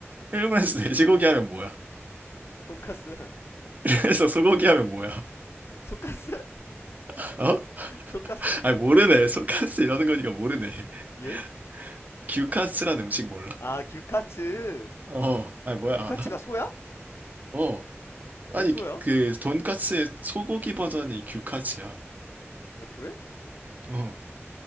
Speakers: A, on the right; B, on the left.
A: 일본에서 돼지고기 하면 뭐야?
B: 돈까스? <laughs>
A: 그래서 소고기 하면 뭐야?
B: 소까스?
A: <laughs> 어?
B: <laughs> 소까스?
A: 아니, 모르네. 소카스 이러는 거니까 모르네. <laughs>
B: 예?
A: 규카스란 음식 몰라?
B: 아, 규카츠.
A: 어, 아니, 뭐야,
B: 규카츠가
A: 알아?
B: 소야?
A: 어, 아니
B: 왜 소야?
A: 그 돈까스의 소고기 버전이 규카츠야.
B: 나 그래?
A: 어,